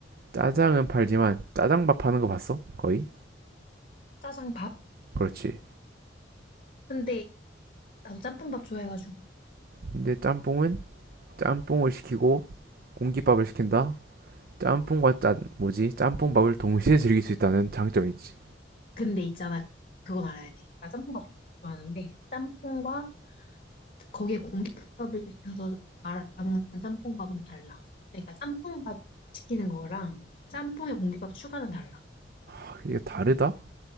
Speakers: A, on the right; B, on the left.
A: 짜장은 팔지만 짜장밥 하는 거 봤어? 거의?
B: 짜장밥?
A: 그렇지
B: 근데 나도 짬뽕밥 좋아해가지고
A: 근데 짬뽕은 짬뽕을 시키고 공깃밥을 시킨다 짬뽕과 짠 뭐지 짬뽕밥을 동시에 즐길 수 있다는 장점이 있지
B: 근데 있잖아. 그건 알아야 돼. 나 짬뽕밥 좋아하는데 짬뽕과 거기에 공깃밥을 넣어서 말아먹는 짬뽕밥은 달라. 그러니까 짬뽕밥 시키는 거랑 짬뽕에 공깃밥 추가는 달라.
A: 아, 이게 다르다?